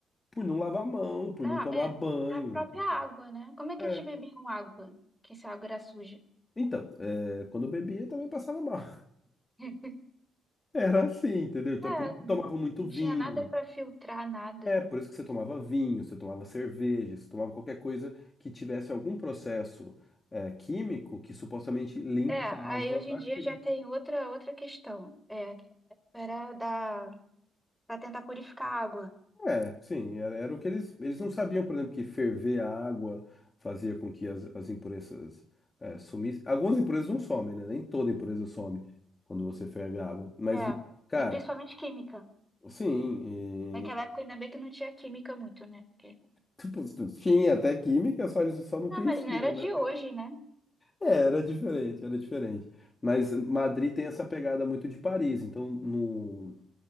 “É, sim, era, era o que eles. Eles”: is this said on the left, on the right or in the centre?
Left